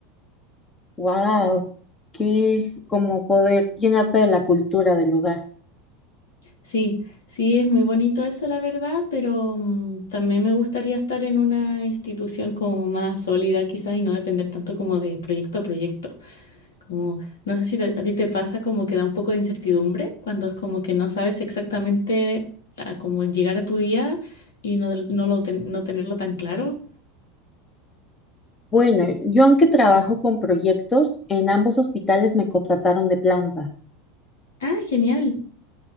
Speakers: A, on the left (about 25°); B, on the left (about 75°).
A: ¡Wow! ¡Qué como poder llenarte de la cultura del lugar!
B: Sí, sí, es muy bonito eso, la verdad, pero mm, también me gustaría estar en una institución como más sólida quizás y no depender tanto como de proyecto a proyecto. Como, no sé si te- a ti te pasa como que da un poco de incertidumbre cuando es como que no sabes exactamente a cómo llegar a tu día y no, del- no, lo ten- no tenerlo tan claro.
A: Bueno, yo aunque trabajo con proyectos, en ambos hospitales me contrataron de planta.
B: Ah, genial.